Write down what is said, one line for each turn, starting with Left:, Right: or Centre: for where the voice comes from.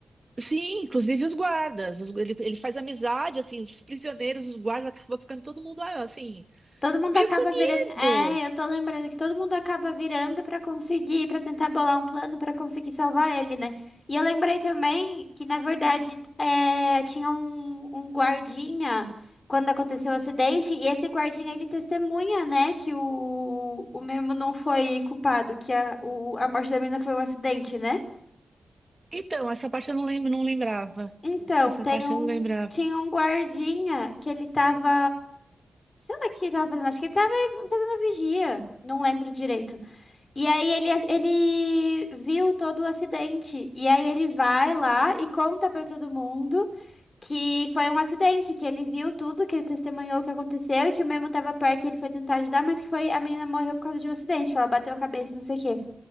Right: Sim, inclusive os guardas. os- ele, ele faz amizade, assim, os prisioneiros, os guardas, acaba ficando todo mundo, ah, assim,
Left: Todo mundo
Right: meio
Left: acaba
Right: que unido.
Left: virando. É, eu tô lembrando que todo mundo acaba virando pra conseguir, pra tentar bolar um plano pra conseguir salvar ele, né? E eu lembrei também que, na verdade, é, tinha um, um guardinha quando aconteceu o acidente, e esse guardinha ele testemunha, né, que o, o Memo não foi culpado, que a, o- a morte da menina foi um acidente, né?
Right: Então, essa parte eu não lembro, não lembrava.
Left: Então,
Right: Essa
Left: tem
Right: parte
Left: um,
Right: eu não lembrava.
Left: tinha um guardinha que ele tava. Sei lá o que ele tava fazendo, acho que ele tava fazendo vigia, não lembro direito. E aí ele, ele viu todo o acidente. E aí ele vai lá e conta pra todo mundo que foi um acidente, que ele viu tudo, que ele testemunhou o que aconteceu e que o mesmo tava perto e ele foi tentar ajudar, mas que foi a menina morreu por causa de um acidente, que ela bateu a cabeça, não sei o quê.